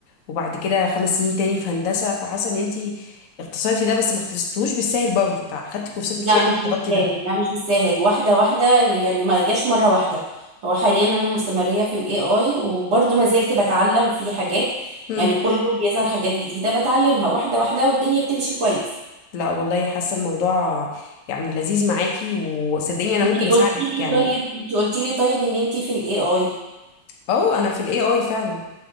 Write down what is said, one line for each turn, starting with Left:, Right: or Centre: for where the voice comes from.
Left: وبعد كده خمس سنين تاني في هندسه فحاسه ان انتي اختصرتي ده بس ما اختصرتوش بالسهل برضه تع- خدتي كورسات
Right: لا
Left: كتير
Right: مش
Left: عشان
Right: بالساهل
Left: تغطي ده
Right: لا مش بالساهل واحدة واحدة يعني ما جاش مرة واحدة هو حاليا أنا مستمرية في ال AI وبرضه ما زلت بتعلم فيه حاجات
Left: مم.
Right: يعني كل يوم بيظهر حاجات جديدة بتعلمها واحدة واحدة والدنيا بتمشي كويس
Left: لا والله حاسه الموضوع يعني لذيذ معاكي وصدقيني انا
Right: انتي
Left: ممكن اساعدك
Right: قلتي لي
Left: يعني
Right: طيب انتي قلتي لي طيب ان انتي في ال AI
Left: اه انا في الاي اي فعلا